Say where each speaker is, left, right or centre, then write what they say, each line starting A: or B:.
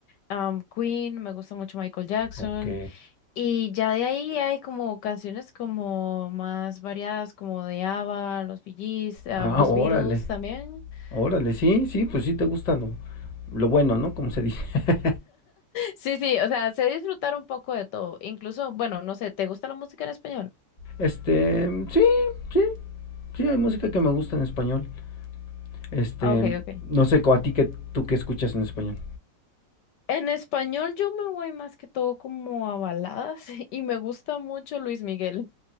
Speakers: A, on the left (about 75°); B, on the left (about 30°).
A: am, Queen, me gusta mucho Michael Jackson,
B: Ok.
A: y ya de ahí hay como canciones como más variadas, como de ABBA, los Bee Gees, am,
B: Ah,
A: los
B: órale.
A: Beatles también. <laughs>
B: Órale, sí, sí, pues sí te gusta lo, lo bueno, ¿no? Como se dice. <laughs>
A: Sí, sí, o sea, sé disfrutar un poco de todo, incluso, bueno, no sé, ¿te gusta la música en español?
B: Este, sí, sí, sí, hay música que me gusta en español. Este,
A: Ah, Ok, ok.
B: no sé, co- a ti que tú que escuchas en español.
A: En español yo me voy más que todo como a baladas <laughs> y me gusta mucho Luis Miguel.